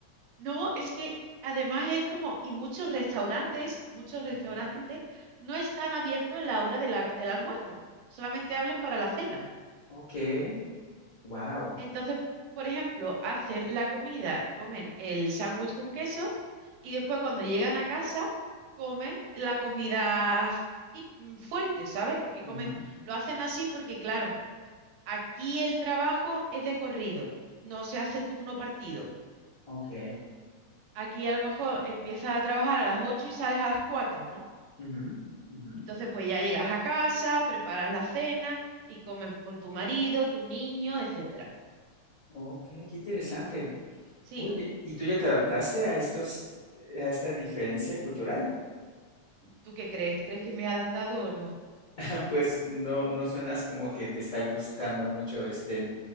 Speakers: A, on the right; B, on the left.
A: No, es que además es como, y muchos restaurantes, muchos restaurantes
B: ujú,
A: no están abiertos en la hora de la- del almuerzo. Solamente hablan para la cena.
B: Ok. Wow.
A: Entonces, por ejemplo, hacen la comida, comen el sándwich con queso y después cuando llegan a casa, comen la comida f- tip- mm, fuerte, ¿sabes? Porque
B: ujú,
A: comen... Lo hacen así porque, claro, Aquí el trabajo es de corrido, no se hace turno partido.
B: Ok.
A: Aquí a lo mejor empiezas a trabajar a las 8 y sales a las 4, ¿no?
B: ujú, ujú.
A: Entonces pues ya llegas a casa, preparas la cena y comes con tu marido, tu niño, etcétera.
B: Ok, qué interesante.
A: Sí,
B: Oye, ¿y tú ya te adaptaste a estos, a esta diferencia cultural?
A: ¿tú qué crees? ¿Crees que me he adaptado o no?
B: <laughs> Pues no, no suenas como que te está gustando mucho este,